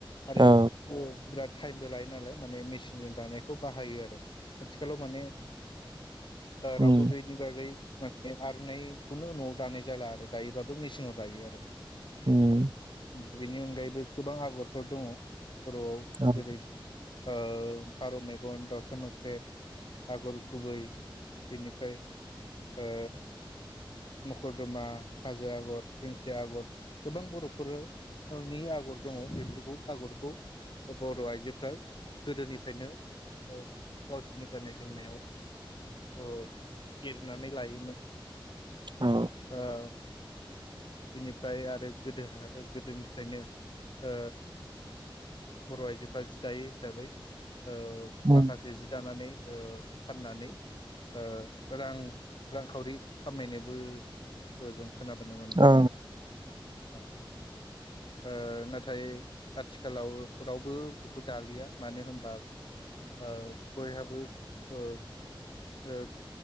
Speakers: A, on the left (about 60°); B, on the right (about 55°).
A: आरो
B: औ
A: ओ बिराद थाइमबो लायो नालाय माने मेसिनजों दानायखौ बाहायो आरो आथिखालाव माने ओ
B: उम
A: रावबो बेनि बागै माने आर'नाइखौनो न'आव दानाय जाला आरो दायोब्लाबो मेसिनाव दायो आरो
B: उम
A: बेनि अनगायैबो गोबां आगरफोर दङ बर'आव
B: औ
A: जेरै ओ फारौ मेगन दाउसा मोख्रेब आगर गुबै बेनिफ्राय ओ मखरदमा हाजो आगर दिंखिया आगर गोबां बर'फोरनि आगर दङ बेफोरखौ आगरखौ अ बर' आइजोफ्रा गोदोनि फ्रायनो ओ गावसोरनि गाननाय जोमनायाव ओ एरनानै लायोमोन
B: औ
A: औ बेनिफ्राय आरो गोदो गोदोनिफ्रायनो ओ बर' आइजोफ्रा जि दायो हिसाबै ओ
B: उम
A: माखासे जि दानानै ओ फाननानै ओ रां रांखावरि खामायनोबो जों खोनाबोनो मोनदों
B: ओं
A: औ ओ नाथाय आथिखालाव रावबो बेखौ दालिया मानो होन बा ओ बयहाबो ओ ओ